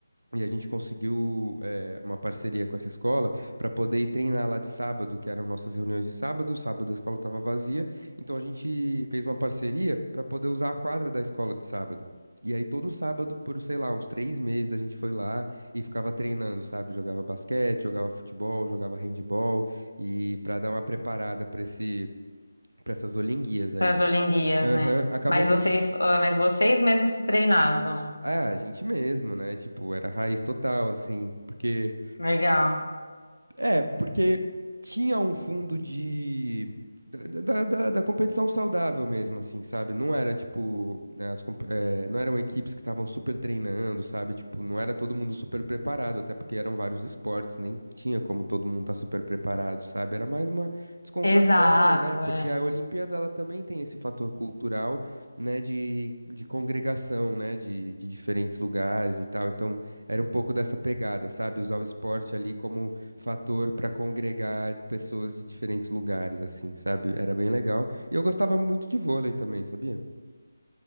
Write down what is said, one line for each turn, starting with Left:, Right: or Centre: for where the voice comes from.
Right: E a gente conseguiu, eh, uma parceria com essa escola para poder ir treinar lá de sábado, que eram nossas reuniões de sábado. Sábado a escola estava vazia, então a gente fez uma parceria para poder usar a quadra da escola de sábado. E aí todo sábado, por sei lá, uns três meses, a gente foi lá e ficava treinando, sabe? Jogava basquete, jogava futebol, jogava handball e para dar uma preparada para esse Pra essas olinguias aí.
Left: Para as Olimpíadas,
Right: Aham,
Left: né?
Right: acabou
Left: Mas
Right: que
Left: vocês,
Right: a gente.
Left: ah, mas vocês mesmos se treinavam.
Right: Ah, a gente mesmo, né? Tipo, era raiz total, assim. Porque
Left: Legal.
Right: É, porque tinha um fundo de. Da, da, da- da competição saudável mesmo, assim, sabe? Não era tipo. né, as comp- eh, não eram equipes que estavam super treinando, sabe? Tipo, não era todo mundo super preparado, até porque eram vários esportes, nem tinha como todo mundo estar super preparado, sabe? Era mais uma descontração,
Left: Exato,
Right: né? Porque
Left: é.
Right: a Olimpíada, ela também tem esse fator cultural, né? De, de congregação, né? De, de diferentes lugares e tal. Então, era um pouco dessa pegada, sabe? Usar o esporte ali como fator para congregar pessoas de diferentes lugares, assim, sabe? Era bem legal. E eu gostava muito de vôlei também, sabia?